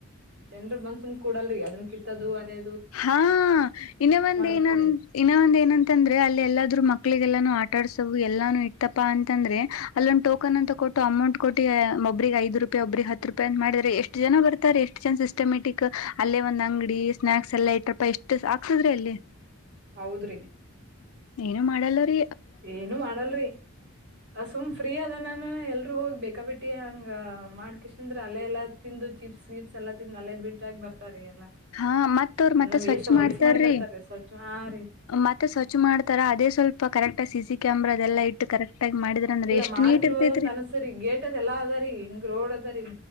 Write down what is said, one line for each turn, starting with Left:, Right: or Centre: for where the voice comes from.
Right: ಚಂದ್ರ ಮನ್ಸೂನ್ ಕೊೂಡಲ್ರಿ ಅದನ್ ಕಿತ್ತದು ಅರೆ
Left: ಹಾ ಇನ್ನ ಒಂದ
Right: ಹೋಗ್ತಾರಿ
Left: ಏನ ಇನ್ನ ಒಂದ್ ಏನಂತಂದ್ರೆ ಅಲ್ಲಿ ಎಲ್ಲಾದ್ೂ ಮಕ್ಳಿಗೆ ಎಲ್ಲಾನು ಆಟಾಡ್ಸವು ಎಲ್ಲಾನು ಇಟ್ಟಪ್ಪಾ ಅಂತಂದ್ರೆ ಅಲ್ಲೊಂದು ಟಕನ್ ಅಂತಟ್ಟ <unintelligible> ಅಮೌಂಟ್ ಕೊಟ್ಟ ಒಬ್ಬ್ರಿಗೆ ಐದು ರೂಪಾಯಿ ಒಬ್ಬ್ರಿಗೆ ಹತ್ತು ರೂಪಾಯಿ ಅಂತ ಮಾಡ್ರಾರೆ ಎಷ್ಟು ಜನ ಬರ್ತಾರೆ ಎಷ್ಟು ಜನ ಸಿಸ್ಟಮೆಟಿಕ್ ಅಲ್ಲೇ ಒಂದ್ಂಗಡಿ ಸ್ನಾಾಕ್ಸ್ ಸ ಎಲ್ಲ ಐಟ್ ರೂಪಾಯಿ ಎಷ್ಟು ಆಕ್ತದ್ರೆ ಅಲ್ಲಿ <unintelligible>
Right: ಹೌದ್ರಿ
Left: ಏನು ಮಾಡಲ್ಲ್ರೀ
Right: ಏನು ಮಾಡಲ್ರಿ ಅ ಸುಮ್ ಫ್ರೀ ಅದನಾನ ಎಲ್ರುೂ ಹೋಗ್ಬೇಕು ಯಕಬೇಟ್ಟಿ ಹಂಗ ಮಾಡ್ಕ್ಂದ್ರೆ ಅಲ್ಲ ಎಲ್ಲಾ ತಿಂದು ಚಿಪ್ಸ್ ವಿಿಪ್ಸ್ ಎಲ್ಲ ತಿಂದು ಅಲೆ ಬಿಟ್ರಗ ಬರ್ತಾರಿ ಎಲ್ಲಾ
Left: ಹಾ ಮತ್ತ ಅವ್ರ ಮತ್ತೆ
Right: ಎಲ್ಲಾ
Left: ಸ್ವಚ್
Right: ವೇಷ ಹೊಲ್ಸ್
Left: ಮಾಡ್ತಾರ್ರೀ
Right: ಮಾಡಿ ಬರ್ತಾರಿ ಸ್ವಚ್ಛ ಹಾ ರೀ
Left: ಮತ್ತೆ ಸ್ವಚ್ ಮಾಡ್ತಾರ ಅದೇ ಸ್ವಲ್ಪ ಾ ಕರೆಕ್ಟ್ ಸಿ ಕ್ಯಾಮರಾ ಅದೆಲ್ಲ ಇಟ್ಟ ಕರೆಕ್ಟ್ <unintelligible> ಅಂದ್ರೆ
Right: ಇಲ್ಲ
Left: ಎಷ್ಟು
Right: ಮಾಡ್ತಿರ್ಬೋದಂತ
Left: ನೀಟ್ ಇರ್ತೈತ್ರಿ
Right: ಅನ್ಸರಿ ಗೇಟ್ ಅದ ಎಲ್ಲಾ ಅದಾರಿರಿ ಹಿಂಗ್ ರೋಡ್ ಅದಾರಿೀಂ